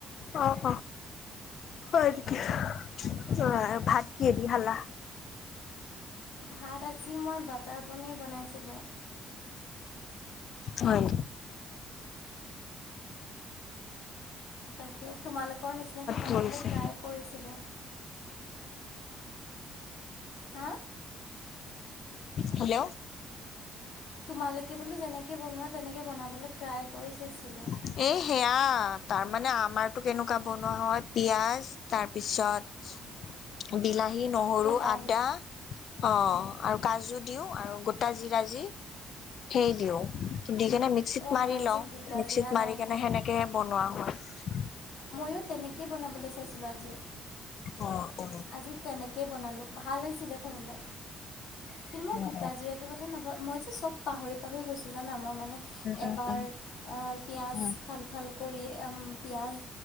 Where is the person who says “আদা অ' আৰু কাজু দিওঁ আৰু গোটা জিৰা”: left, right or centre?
Left